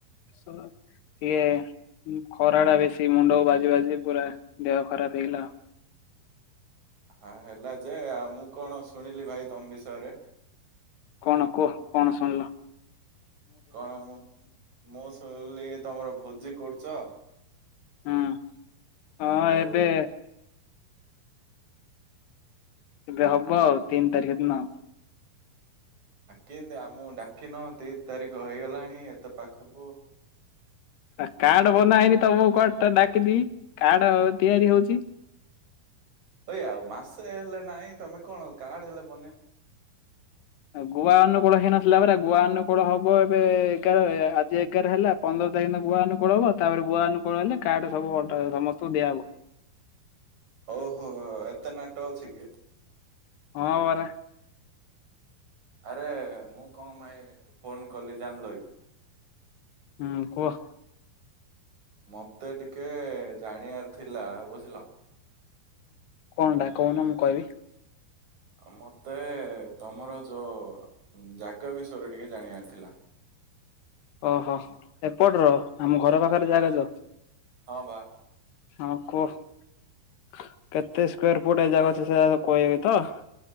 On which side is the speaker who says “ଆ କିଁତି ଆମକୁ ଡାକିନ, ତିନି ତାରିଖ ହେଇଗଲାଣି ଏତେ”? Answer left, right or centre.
Right